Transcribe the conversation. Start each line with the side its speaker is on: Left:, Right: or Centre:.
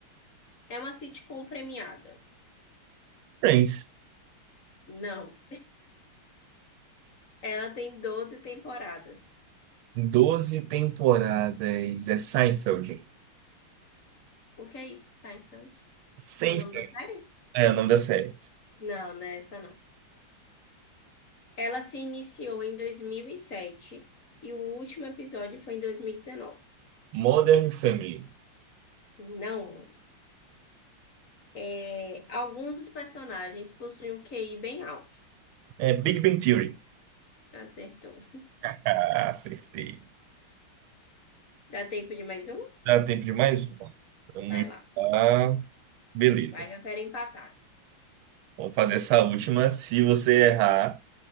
Left: é uma sitcom premiada.
Right: Friends,
Left: Não. Ela tem 12 temporadas.
Right: 12 temporadas. É Seinfeld.
Left: O que é isso, Seinfeld?
Right: Seinfeld.
Left: É o nome da série?
Right: É o nome da série.
Left: Não, não é essa não. Ela se iniciou em dois mil e sete e o último episódio foi em 2019.
Right: Modern Family.
Left: Não. É... Algum dos personagens possui um QI bem alto.
Right: É Big Bang Theory.
Left: Acertou.
Right: Ah, acertei.
Left: Dá tempo de mais um?
Right: Dá tempo de mais uma. Vamos
Left: Vai lá.
Right: lá. Beleza.
Left: Vai que eu quero empatar.
Right: Vamos fazer essa última. Se você errar,